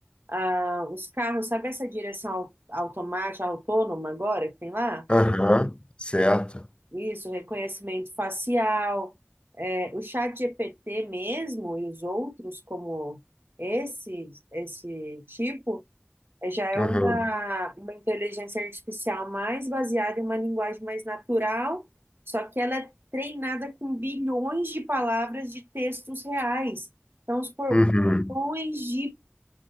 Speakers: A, on the right; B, on the left.
A: ah, os carros, sabe essa direção au- automática, autônoma agora que tem lá?
B: uhum, certo.
A: Isso, reconhecimento facial, é, o chat GPT mesmo e os outros como esse, esse tipo, é, já é
B: Uhum,
A: uma, uma inteligência artificial mais baseada em uma linguagem mais natural, só que ela é treinada com bilhões de palavras de textos reais. Então, os por-
B: uhum.
A: bilhões de